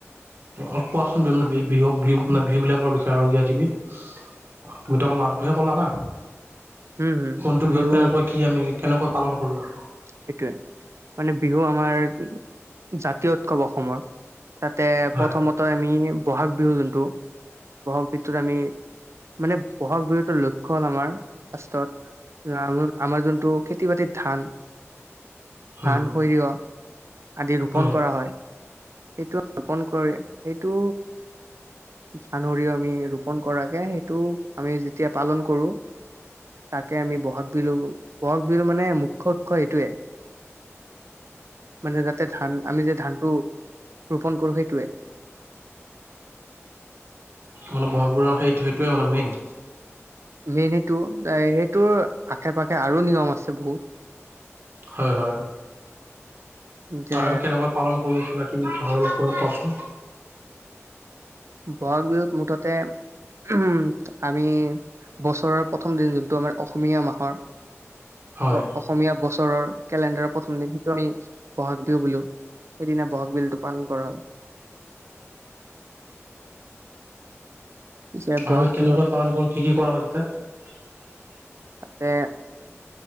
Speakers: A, on the right; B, on the right.
A: অ', কোৱাচোন বি-বি বিহু-বিহু? মানে, বিহু বিলাকৰ বিষয়ে আৰু কিবা কিবি। তুমিতো, অকল নাম। তইহে কলা না,
B: হম হম
A: কোনটো বিহুত
B: বিহু
A: কেনেকৈ কি আমি কেনেকৈ পালন কৰো?
B: সেইটোৱে, মানে বিহু আমাৰ জাতীয় উৎসৱ অসমৰ। তাতে
A: হয়
B: প্ৰথমতে আমি বহাগ বিহু যোনটো, বহাগ বিহুটোত আমি। মানে, বহাগ বিহুটোৰ লক্ষণ আমাৰ ৰাষ্ট্ৰত। আমা-আমাৰ যোনটো খেতি বাতিৰ ধান?
A: উম
B: ধান, সৰিয়হ। আদি ৰোপন
A: উম
B: কৰা হয়, সেইটো ৰোপন কৰে সেইটো। <unintelligible> আমি ৰোপন কৰাকে, সেইটো আমি যেতিয়া পালন কৰো। তাকে আমি বহাগ বিহু, বহাগ বিহু মানে মুখ্য উৎস এইটোৱে। মানে তাতে ধান, আমি যে ধানটো। ৰোপণ কৰোঁ, সেইটোৱে।
A: মানে, বহাগবোৰৰ সেইটোৱেতো মানে মেইন।
B: মেইন সেইটো-সেইটোৰ আশে-পাশে আৰু নিয়ম আছে বহুত।
A: হয়-হয়
B: যে
A: আৰু আমি কেনেকৈ পালন কৰো কিবা-কিবি। ভাল কোৱা কচোন
B: বহাগ বিহুত মুঠতে উম, আমি বছৰৰ প্ৰথম দিন যোনটো আমাৰ অসমীয়া মাহৰ
A: হয়
B: অসমীয়া বছৰৰ কেলেণ্ডাৰৰ প্ৰথম দিন। টো আমি বহাগ বিহু বোলো সেইদিনা বহাগ বিহুটো পালন কৰা হয়। <inaudible> পিছে বহাগ
A: আৰু কেনেকৈ
B: বিহুতে
A: পালন কৰো কি-কি কৰা হয় তাতে
B: তাতে